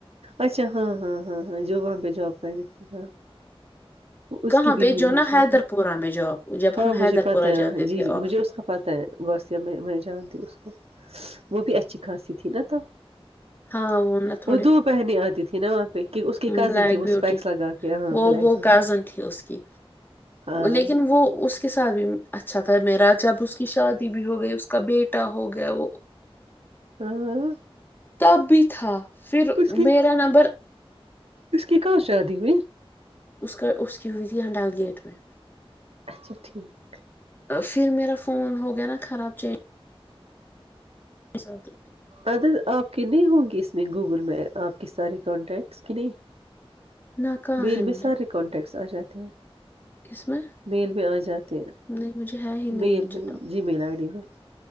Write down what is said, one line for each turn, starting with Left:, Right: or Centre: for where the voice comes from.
Right: اچھا ہاں ہاں ہاں ہاں جو وہاں پہ جاب کر دیی تھی ہاں اس
Left: کہاں
Right: کی بھی
Left: پہ
Right: ہوئی
Left: جو نا
Right: ہے شادی
Left: حیدر پورہ میں جاب جب
Right: ہاں
Left: ہم
Right: مجھے
Left: حیدر
Right: پتا
Left: پورہ
Right: ہے
Left: جاتے
Right: جی
Left: تھے
Right: جی
Left: آفس
Right: مجھے اس کا پتہ ہے گوسیا میں میں جانتی ہوں اس کو وہ بھی اچھی خاص تھی نا تو
Left: ہاں وہ تھوڑی
Right: وہ دو پہننی آتی تھی نا وہاں پہ کہ اس کی کزن
Left: بلیک
Right: تھی وہ
Left: بیوٹی
Right: اسپیکس لگا کے ہاں
Left: وہ
Right: بلیک
Left: وہ
Right: بیوٹی
Left: کزن تھی اس کی
Right: ہاں
Left: لیکن وہ اس کے ساتھ بھی اچھا میراج اب اس کی شادی بھی ہو گئی اس کا بیٹا ہو گیا وہ
Right: ہاں
Left: تب تھاا پھر
Right: اس کی
Left: میرا نمبر
Right: اس کی کہاں شادی ہوئی
Left: اس کا اس کی ہوئی تھی یہ ڈال گیٹ میں
Right: اچھا ٹھیک
Left: پھر میرا فون ہو گیا نا خراب چینج کے ساتھ
Right: اد آپ کے نہیں ہوںگی اس میں گوگل میپ آپ کی ساری کانٹیکٹس کی نہیں
Left: نہ کہاں
Right: میل
Left: ہے
Right: میں
Left: مجھے
Right: سارے کانٹیکٹ س آ جاتے ہیں
Left: اس میں
Right: میل میں آ جاتے ہیں
Left: نہیں مجھے ہے ہی نہیں
Right: مین
Left: مجھے
Right: میں
Left: تو
Right: جی مین آئی ڈی میں